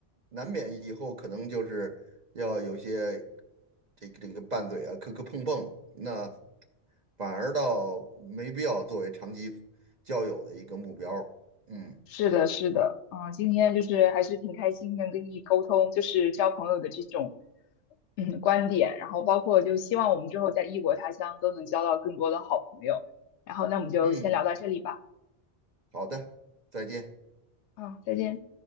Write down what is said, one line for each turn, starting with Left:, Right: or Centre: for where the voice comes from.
Right: 难免以后可能就是要有些。这个这个拌嘴啊，磕磕碰碰，那反而倒没必要作为长期交友的一个目标儿嗯
Left: 是的，是的，嗯，今天就是还是挺开心能跟你沟通，就是交朋友的这种嗯观点，然后包括就希望我们之后在异国他乡都能交到更多的好朋友，然后那我们就先聊到这里吧，
Right: 嗯，好的，再见。
Left: 嗯，再见。